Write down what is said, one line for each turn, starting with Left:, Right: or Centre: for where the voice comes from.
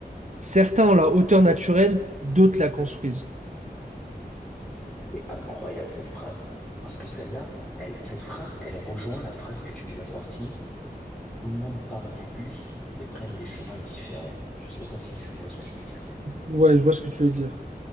Right: Certains ont la hauteur naturelle, d'autres la construisent.
Centre: C'est incroyable cette phrase. Parce que celle-là, elle, cette phrase, elle rejoint la phrase que tu nous as sortie. Tout le monde part du bus, mais prennent des chemins différents. Je sais pas si tu vois ce que je veux dire.
Right: Ouais, je vois ce que tu veux dire.